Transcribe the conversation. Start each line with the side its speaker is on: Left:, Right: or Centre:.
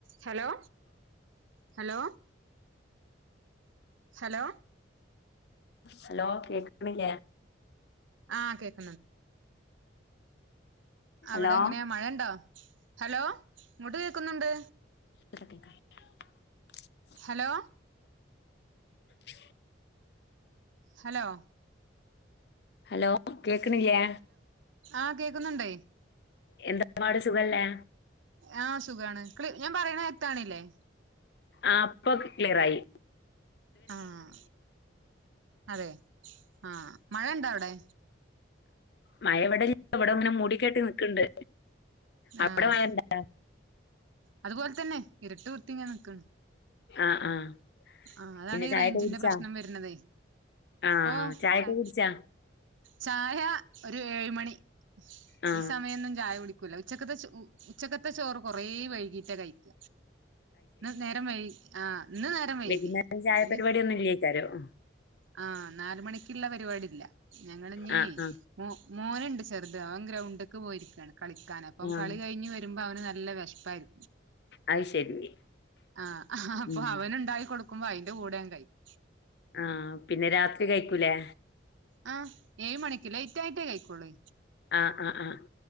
Right: Hello hello hello
Left: hello കേക്കണില്ല
Right: ആഹ കേക്ക
Left: ഹലോ
Right: അവിടെ എങ്ങനെയാ മഴ ഉണ്ടോ ഹലോ ഇഖോട് കേക്കുന്നുണ്ട്
Left: ക്ക <inaudible>
Right: ഹലോ
Left: ഉ
Right: ഹലോ
Left: ഹലോ കേക്കനിലെ
Right: ആഹ കേക്കുന്നുണ്ട
Left: എന്താ പാട് സുഖല്ലേ
Right: ആഹ് സുഖാണ് ഞാൻ പറയണ എത്താണല്ലേ
Left: ആ ഇപ്പൊ ക്ലിയർായി
Right: ആഹ അതെ ആഹ മഴ എണ്ടാ അവിടെ
Left: മഴ എവിടെ എവിടെ ഇങ്ങനെ മൂടിക്കട്ട് നിക്കണ്ട് അവിടെ
Right: ആഹ
Left: മഴ ഇണ്ടാ
Right: അതുപോലെ തന്നെ ഇരട്ട് കുത്തിങ്ങൻ നിക്ക
Left: ആ ആ
Right: ആ അതാണി
Left: പിന്നെ ചായൊക്കെ
Right: റേഞ്ചിന്റെ
Left: കുടിച്ചാ
Right: പ്രശ്നം വരണതേ
Left: ആ
Right: ഓ
Left: ചായൊക്കെ
Right: ച
Left: കുടിച്ചാ
Right: ചായ ഒരു ഏഴ് മണി
Left: ആ
Right: ഈ സമയൊന്നും ചായ കുടി കൂല ഉച്ചക്കത്തെ ചോ ഉച്ചക്കത്തെ ചോറ് കൊറേ വൈകീട്ടേ കഴിക്ക ഇന്ന് നേരം വൈകി ആ ഇന്ന് നേരം വൈകി
Left: വൈന്നേരം ചായപരിപാടി
Right: അപ്പൊ ഇനി
Left: ഒന്നും <unintelligible>
Right: ആ നാല് മണിക്കിള്ള പരിപാടില്ല ഞങ്ങള് ഞ്ഞി
Left: ആ ആ
Right: ഓ മോന്ണ്ട് ചെറുത് അവൻ ഗ്രൗണ്ട്ക്ക് പോയിരിക്കാണ് കളിക്കാനപ്പം
Left: ആ
Right: കളി കഴിഞ്ഞ് വരുമ്പോ അവന് നല് നല്ല വെശ്പ്പായി
Left: അത് ശരി
Right: ആ അപ്പൊ
Left: ഉം
Right: അവന് ഇണ്ടായി കൊടു നോക്ക്മ്പോ അതിന്റെ കൂടങ്ക് കയ്കും
Left: ആ പിന്നെ രാത്രി കഴിക്കൂലേ
Right: ആ ഏഴ് മണിക്ക് ലേറ്റ് ആയിട്ടേ കഴിക്കുള്ളേ
Left: ആ ആ ആ